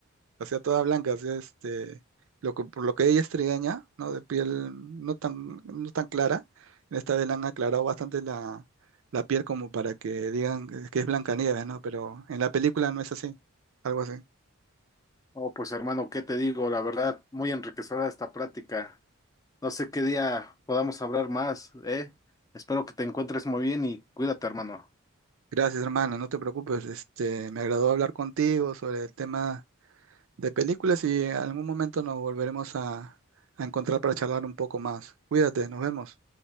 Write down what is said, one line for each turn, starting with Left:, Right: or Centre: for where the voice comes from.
Right: o sea, toda blanca, o sea, este, lo que- por lo que ella es trigueña, ¿no? De piel no tan, no tan clara, en esta vez la han aclarado bastante la, la piel como para que digan que es Blancanieves, ¿no? Pero en la película no es así, algo así.
Left: Oh, pues hermano, ¿qué te digo? La verdad, muy enriquecedora esta práctica. No sé qué día podamos hablar más, ¿eh? Espero que te encuentres muy bien y cuídate, hermano.
Right: Gracias, hermano, no te preocupes. Este, me agradó hablar contigo sobre el tema de películas y en algún momento nos volveremos a, a encontrar para charlar un poco más. Cuídate, nos vemos.